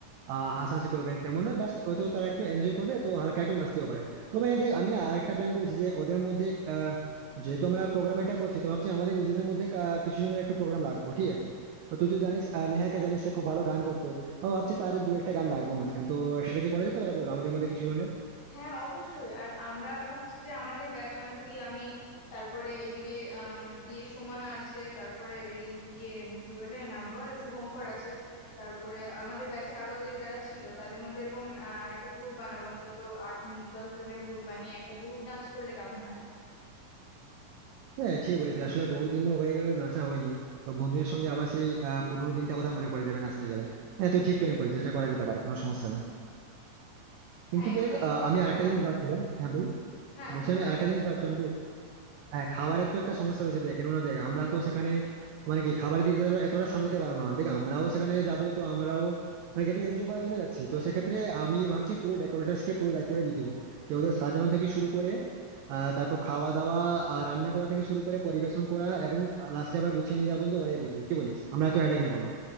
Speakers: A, on the right (about 85°); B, on the left (about 80°).
A: আহ, হাসাহাসি করবে তেমন নয় বাস হয়তো তারা একটু এনজয় করবে তো হালকা একটু নাচতেও পারে তবে দেখ আমি না আরেকটা প্ল্যান করেছি যে ওদের মধ্যে আহ, যেহেতু আমরা প্রোগ্রাম এটা করছি তো ভাবছি আমাদের নিজেদের মধ্যে কা- কিছু জনের একটু প্রোগ্রাম রাখবো ঠিক আছে তো তুই তো জানিস আহ, নেহাকে জানিস সে খুব ভালো গান করতো বা ভাবছি তার দু একটা গান রাখবো মাঝখানে তো সেটা কি করা যেতে পারে বল আমাদের মধ্যে কিছু জনের
B: হ্যাঁ অবশ্যই আর আমরা ভাবছি যে আমাদের ব্যাচ মানে তুই আমি তারপরে এইদিকে আম, ইয়ে সুমনা আছে তারপরে এই ইয়ে উম, কি বলে নাম বল শুভঙ্কর আছে তারপরে আমাদের ব্যাচে আরো যে যারা ছিল তাদের মধ্যে এরকম আহ, একটা গ্রুপ বানাবো অন্তত আট উম, দশ জনের গ্রুপ বানিয়ে একটা গ্রুপ ডান্স করলে কেমন হয়
A: হ্যাঁ ঠিক বলেছি আসলে বহুদিনও হয়ে গেল নাচা হয়নি তো বন্ধুদের সঙ্গে আবার সেই আহ, পুরোনো দিনটা কথা মনে পড়ে যাবে নাচতে গেলে হ্যাঁ তুই ঠিক প্ল্যান করেছিস এটা করা যেতে পারে কোনো সমস্যা নেই কিন্তু
B: হ্যাঁ এরকম
A: দেখ আহ, আমি
B: হ্যাঁ
A: আরেকটা
B: বল
A: জিনিস ভাবছিলাম হ্যাঁ বল
B: না
A: বলছি
B: তুই বল
A: আমি আরেকটা
B: আগে তা-
A: জিনিস ভাবছিলাম হ্যাঁ খাবারের তো একটা সমস্যা রয়েছে দেখ কেননা দেখ আমরা তো সেখানে মানে কি খাবারের দিকটা তো এতটা সামলাতে পারবো না দেখ আমরাও সেখানে যাব তো আমরাও মানে কি একটু এনজয় করার জন্য যাচ্ছি তো সেক্ষেত্রে আমি ভাবছি পুরো ডেকোরেটার্স কে পুরো দায়িত্বটা দিয়ে দেবো যে ওদের সাজানো থেকে শুরু করে আহ তারপর খাওয়া দাওয়া আর রান্না করা থেকে শুরু করে পরিবেশন করা এবং লাস্টে আবার গুছিয়ে নিয়ে যাবো তো ওরাই বুঝবে কি বলিস আমরা তো হেডেক নেবো না